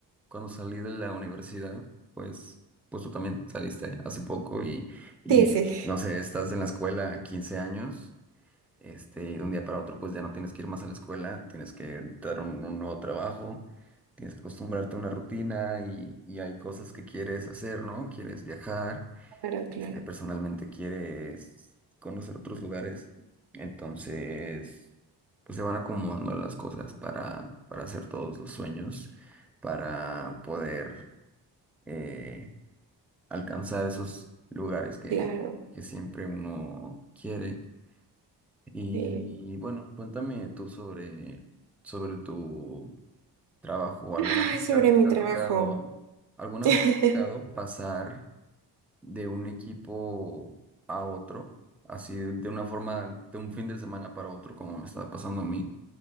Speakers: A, in the centre; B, on the right.
A: cuando salí de la universidad, pues, pues tú también saliste hace poco y, y,
B: sí, <laughs> sí.
A: y, no sé, estás en la escuela 15 años, este, y de un día para otro pues ya no tienes que ir más a la escuela, tienes que dar un, un nuevo trabajo, tienes que acostumbrarte a una rutina y, y hay cosas que quieres hacer, ¿no? Quieres viajar,
B: Claro, claro,
A: este, personalmente quieres conocer otros lugares. Entonces, pues se van acomodando las cosas para, para hacer todos los sueños, para poder eh, alcanzar esos lugares que,
B: claro.
A: que siempre uno quiere. Y
B: sí.
A: bueno, cuéntame tú sobre, sobre tu trabajo. ¿Alguna
B: Ay,
A: vez
B: sobre
A: te ha, te
B: mi trabajo.
A: ha tocado, alguna
B: <laughs>
A: vez te ha tocado pasar de un equipo a otro, así de una forma, de un fin de semana para otro, como me está pasando a mí.